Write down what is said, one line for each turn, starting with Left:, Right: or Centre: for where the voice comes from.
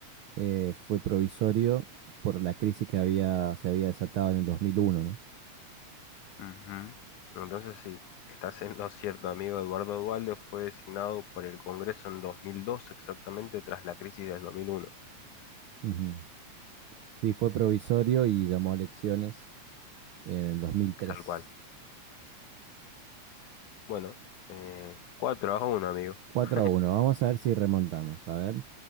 Right: eh, fue provisorio por la crisis que había, se había desatado en el 2001, ¿no?
Left: Ujú. Entonces, sí, estás en lo cierto, amigo. Eduardo Dualde fue designado por el Congreso en 2002, exactamente tras la crisis del 2001,
Right: Ujú. Sí, fue provisorio y llamó a elecciones en el 2003.
Left: tal cual. Bueno, eh, 4 a 1, amigo.
Right: Cuatro
Left: <laughs>
Right: a uno. vamos a ver si remontamos, a ver.